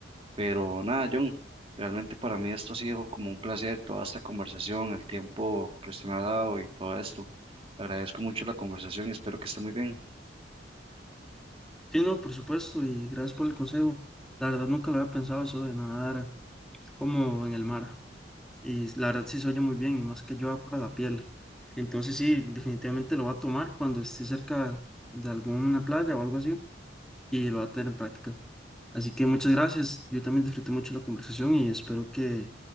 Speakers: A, on the right; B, in the centre.
A: Pero nada, John, realmente para mí esto ha sido como un placer, toda esta conversación, el tiempo que usted me ha dado y todo esto. Le agradezco mucho la conversación y espero que esté muy bien.
B: Sí, no, por supuesto, y gracias por el consejo. La verdad nunca lo había pensado eso de nadar como en el mar. Y la verdad sí se oye muy bien, y más que ayuda para la piel. Entonces sí, definitivamente lo va a tomar cuando esté cerca de alguna playa o algo así y lo va a tener en práctica. Así que muchas gracias. Yo también disfruté mucho la conversación y espero que,